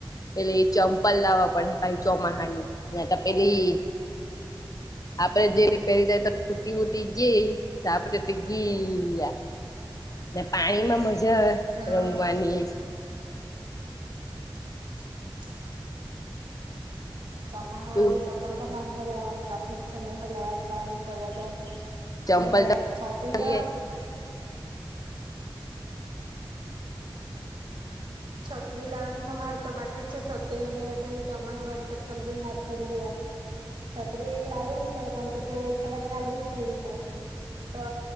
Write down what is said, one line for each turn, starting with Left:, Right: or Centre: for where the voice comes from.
Left: પેલે એ ચંપલ લાવવા પડે ભાઈ ચોમાસાની પેલી આપડે જે પહેરી જાય તો તૂટી ઉટી ગઈ આપડે તો ગયા. ને પાણી માં મજા આવે
Right: હા
Left: રમવાની
Right: <unintelligible> ચોમા હવાળની
Left: તું
Right: ચપલ તો મારે હ લેવાની બાકી જ છે મે હ લેવા જ જવાની સજાર
Left: ચંપલ
Right: ને
Left: તો
Right: છત્રી
Left: લઈ
Right: તો. છત્રી લાવની હ મા તો બાકી છે છત્રી ને ભછ ચમવાારી ચપલ બ હાથ દ. છત્રી એક લાવલી છે પણ ત જરાક નલ્દી જ જવી છે તો.